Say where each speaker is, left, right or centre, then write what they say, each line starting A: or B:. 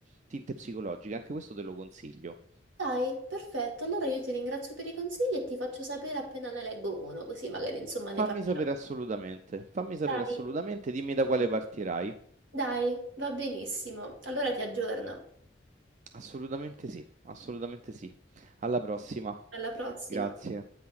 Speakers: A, on the right; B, on the right.
A: tinte psicologiche, anche questo te lo consiglio.
B: Dai, perfetto. Allora io ti ringrazio per i consigli e ti faccio sapere appena ne leggo uno, così magari insomma
A: Fammi
B: ne parliamo.
A: sapere assolutamente, fammi sapere
B: Dai.
A: assolutamente, dimmi da quale partirai.
B: Dai, va benissimo. Allora ti aggiorno.
A: Assolutamente sì, assolutamente sì. Alla prossima.
B: Alla prossima.
A: Grazie.